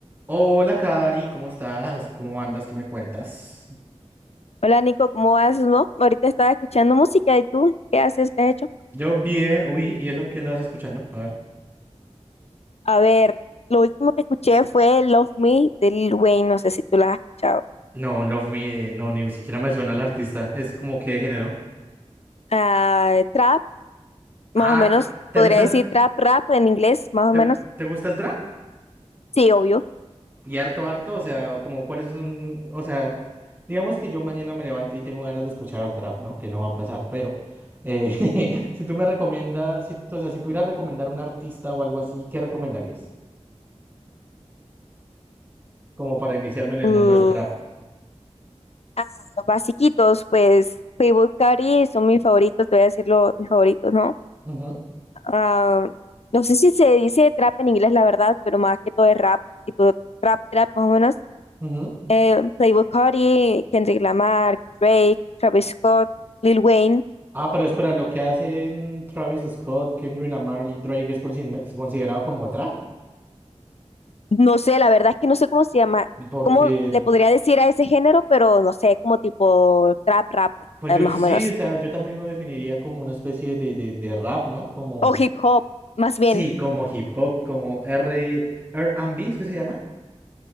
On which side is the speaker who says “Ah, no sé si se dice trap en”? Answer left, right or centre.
Left